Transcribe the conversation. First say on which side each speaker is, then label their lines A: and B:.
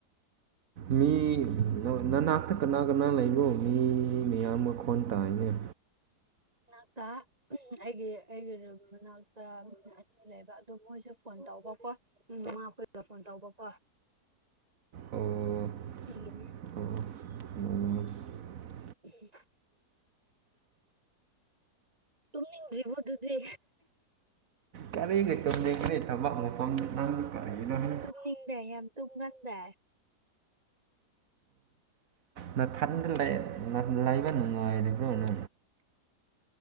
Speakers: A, on the right; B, on the right.
A: ꯃꯤ ꯅꯅꯥꯛꯇ ꯀꯅꯥ ꯀꯅꯥ ꯂꯩꯕꯣ ꯃꯤ ꯃꯤꯌꯥꯝ ꯃꯈꯣꯟ ꯇꯥꯏꯅ
B: ꯃꯅꯥꯛꯇ ꯑꯩꯒꯤ ꯑꯩꯒꯤ ꯃꯅꯥꯛꯇ ꯑꯅꯤ ꯂꯩꯕ ꯑꯗꯨꯣ ꯃꯣꯏꯁꯦ ꯐꯣꯟ ꯇꯧ ꯇꯧꯕꯀꯣ ꯃꯃꯥ ꯑꯩꯈꯣꯏꯗ ꯐꯣꯟ ꯇꯧꯕꯀꯣ
A: ꯑꯣ
B: ꯎ
A: ꯑꯣ ꯑꯣ
B: ꯎꯝ ꯇꯨꯝꯅꯤꯡꯗ꯭ꯔꯤ ꯃꯗꯨꯗꯤ
A: ꯀꯔꯤ ꯀꯩ ꯇꯧꯗ ꯀꯩ ꯊꯕꯛ ꯃꯐꯝꯗ ꯅꯪꯁꯨ ꯀꯔꯤꯗꯣꯅꯦ
B: ꯇꯨꯝꯅꯤꯡꯗꯦ ꯌꯥꯝ ꯇꯨꯝꯒꯟꯗꯦ
A: ꯅꯅꯥ ꯊꯥꯗ ꯂ ꯂꯥꯏꯕ ꯅꯅꯨꯡꯉꯥꯏ ꯑꯦꯕ꯭ꯔꯣꯅ